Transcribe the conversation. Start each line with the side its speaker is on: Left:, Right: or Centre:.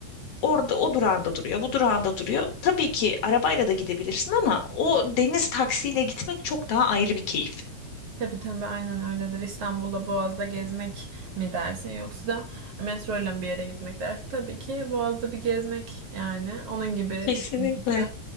Left: Orada o durağında duruyor, bu durağında duruyor. Tabii ki arabayla da gidebilirsin ama o deniz taksiyle gitmek çok daha ayrı bir keyif.
Right: Tabii tabii aynen öyledir. İstanbul'da Boğaz'da gezmek mi dersin yoksa da metro ile bir yere gitmek dersin. Tabii ki Boğaz'da bir gezmek yani onun gibi
Left: Kesinlikle.
Right: düşününce.